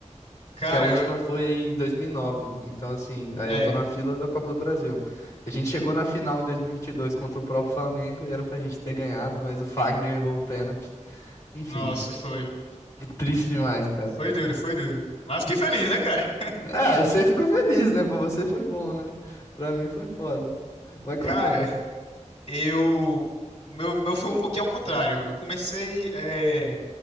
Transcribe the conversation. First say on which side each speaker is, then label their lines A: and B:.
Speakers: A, on the left; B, on the left.
A: Cara,
B: Que a última
A: eu...
B: foi em 2009, então assim, aí
A: É,
B: eu tô na fila da Copa do Brasil. A gente chegou na final em 2022 contra o próprio Flamengo e era pra gente ter ganhado, mas o Fagner errou o pênalti. Enfim.
A: nossa, foi.
B: Triste demais, cara.
A: Foi duro, foi duro. Mas fiquei feliz, né, cara? <laughs>
B: Ah, você ficou feliz, né? Pra você foi bom, né? Pra mim foi foda. Mas acontece.
A: Cara, eu. Meu, meu foi um pouquinho ao contrário. Eu comecei é,